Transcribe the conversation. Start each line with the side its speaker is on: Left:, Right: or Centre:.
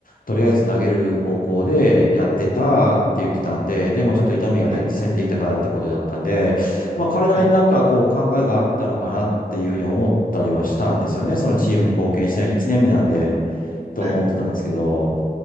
Left: とりあえず投げる方向でやってたって言ってたんで、でもちょっと痛みがで実際出てきたからってことだったんで、
Right: はい、
Left: まあ、彼なりになんかこう考えがあったのかなっていうふうに思ったりはしたんですよね。
Right: はい、
Left: そのチームに貢献しない1年目なんで、と思ってたんですけど、
Right: はい。